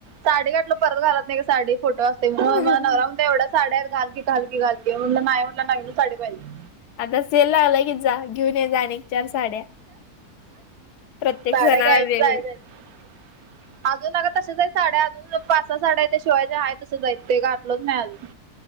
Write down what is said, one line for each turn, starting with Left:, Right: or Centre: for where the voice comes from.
Right: साडी घातलो परत घालत नाही ग, साडीव फोटो असतोय म्हणून,
Left: होय.
Right: मला नवरा म्हणतोय एवढ्या साड्याच घाल की घाल की घाल की म्हणलं, नाही म्हटलं नवीनच साडी पाहिजे.
Left: आता सेल लागलाय की जा, घेऊन ये जा आणिक चार साड्या. प्रत्येक
Right: साड्या
Left: सणाला
Right: घ्यायचं
Left: वेगवेग
Right: <inaudible> अजून अग तशाच हायत साड्या, अजून पाच सहा साड्या आहेत, त्या शिवायच्या आहेत तसच हायत, ते घातलोच नाही अजून.